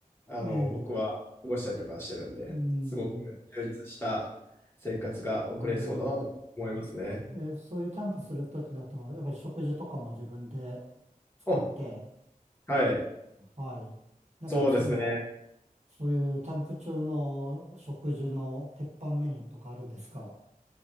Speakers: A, on the left; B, on the right.
A: あの、
B: ええ、
A: 僕は過ごしたりとかしてるんで、
B: うん。
A: すごく充実した生活が送れそうだなと思いますね。
B: えーえーそういうキャンプするときだと、やっぱり食事とかも自分で作って、
A: あ、はい。
B: はい。なんか、
A: そうですね。
B: その、そういうキャンプ中の食事の鉄板メニューとかあるんですか